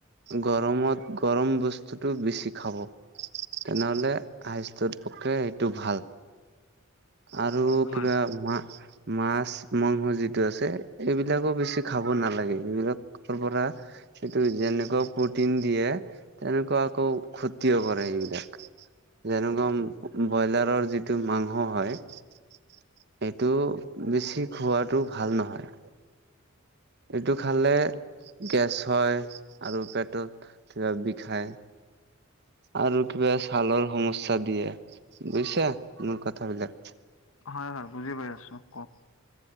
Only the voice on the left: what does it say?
হয়
হয়, হয়। বুজি পাই আছো, কওক।